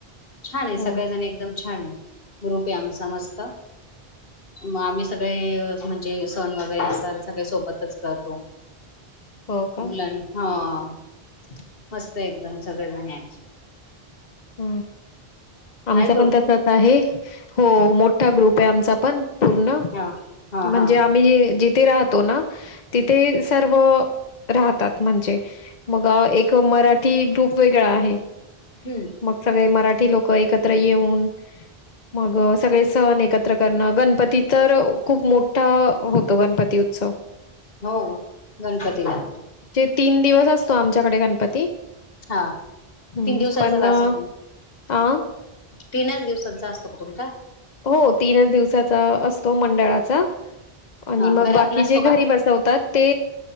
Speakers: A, on the left (about 65°); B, on the left (about 50°).
A: छान आहे, सगळेजण
B: हो.
A: एकदम छान आहे. ग्रुप आहे, आमचा मस्त मग आम्ही सगळे म्हणजे सण वगैरे असाल सगळे सोबतच करतो.
B: हो का?
A: मुलाना हा.. मस्त एकदम सगळेजण यांचे
B: ह आमचं
A: ग्रुप
B: पण तसंच आहे, हो मोठा ग्रुप आहे आमचा. पण पूर्ण
A: हा हा
B: म्हणजे
A: हा
B: आम्ही जी. ते राहतो ना. तिथे सर्व. राहतात म्हणजे? मग एक मराठी. ती ग्रुप वेगळा आहे.
A: हम्म.
B: मग सगळे मराठी लोक एकत्र येऊन मग सगळे सण एकत्र करणं गणपतीत तर खूप मोठा होतो गणपती उत्सव.
A: हो गणपतीला.
B: तीन दिवस असतो आमच्याकडे गणपती.
A: हा
B: हं,
A: तीन दिवसाचाच
B: पण अ,
A: असतो.
B: आ?
A: तीनच दिवसाांचा असतो का तुमचा?
B: हो तीनच दिवसाचा असतो मंडळाचा. आणि
A: हा
B: मग
A: घरात
B: बाकी
A: नसतो
B: जे घरी
A: का
B: बसवतात ते